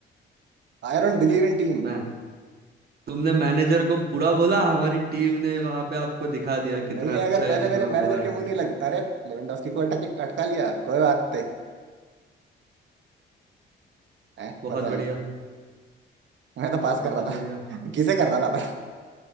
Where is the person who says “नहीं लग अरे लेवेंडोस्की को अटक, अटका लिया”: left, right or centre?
Right